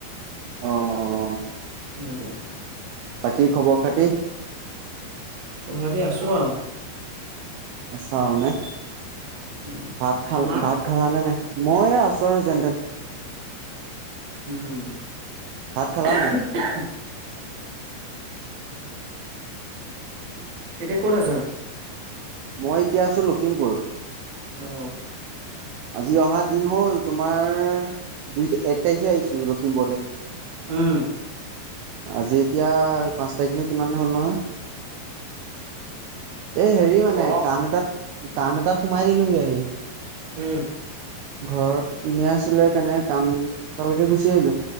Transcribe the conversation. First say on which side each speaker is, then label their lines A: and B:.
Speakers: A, on the right (about 85°); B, on the right (about 50°).
A: অ অ
B: উম
A: বাকী খবৰ খাতি
B: খবৰ খাতি আছো আও
A: আছা আও নে
B: উম
A: ভাত খাল
B: তোমাৰ?
A: ভাত খালা নে নাই মই এ আছোঁ আৰু যেনতেন
B: উম
A: খালা নাই
B: <unintelligible> এতিয়া ক'ত আছা
A: মই এতিয়া আছো লখিমপুৰ
B: অ
A: আজি অহা দিন হ'ল তোমাৰ দুই এক টাৰিখে আহিছো লখিমপুৰলে
B: উম
A: আজি এতিয়া পাঁচ তাৰিখ নে কিমান দিন হ'ল নহয় এ হেৰি মানে
B: গৰম
A: কাম এটাত কাম এটাত সোমাই দিলোহি আহি
B: উম
A: ঘৰত ইনে আছিলে কাৰণে কাম তালৈকে গুচি আহিলো